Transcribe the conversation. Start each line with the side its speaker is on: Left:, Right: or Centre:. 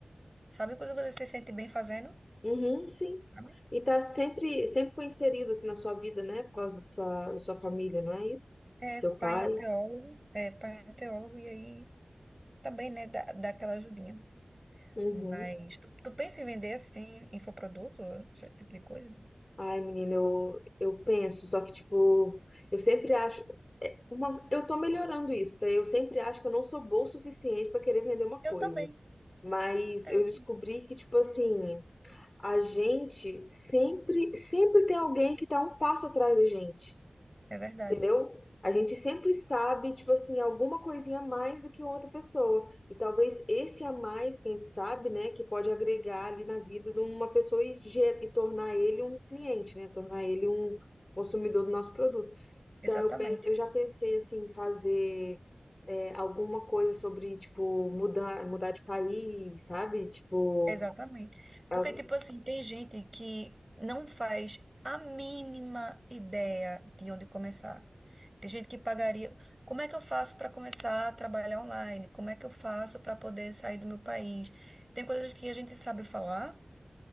Right: Sabe quando você se sente bem fazendo?
Left: Uhum, sim.
Right: Sabe?
Left: E tá sempre, sempre foi inserido assim na sua vida, né? Por causa da sua, da sua família, não é isso?
Right: É,
Left: Seu pai?
Right: pai é um teólogo. É, pai é um teólogo. E aí também, né, dá, dá aquela ajudinha.
Left: Uhum.
Right: Mas tu, tu pensa em vender assim, infoproduto, esse tipo de coisa?
Left: Ai, menina, eu, eu penso, só que, tipo, eu sempre acho. Uma, eu tô melhorando isso, porque eu sempre acho que eu não sou boa o suficiente pra querer vender uma coisa.
Right: Eu também.
Left: Mas
Right: É,
Left: eu descobri que, tipo assim, a gente sempre, sempre tem alguém que tá um passo atrás da gente.
Right: é verdade.
Left: Entendeu? A gente sempre sabe, tipo assim, alguma coisinha a mais do que outra pessoa. E talvez esse a mais que a gente sabe, né, que pode agregar ali na vida de uma pessoa e, ge- e tornar ele um cliente, né? Tornar ele um consumidor do nosso produto.
Right: Exatamente.
Left: Então, eu, pen- eu já pensei, assim, em fazer é, alguma coisa sobre, tipo, mudar, mudar de país, sabe? Tipo,
Right: Exatamente.
Left: al-
Right: Porque, tipo assim, tem gente que não faz a mínima ideia de onde começar. Tem gente que pagaria. Como é que eu faço para começar a trabalhar online? Como é que eu faço para poder sair do meu país? Tem coisas que a gente sabe falar,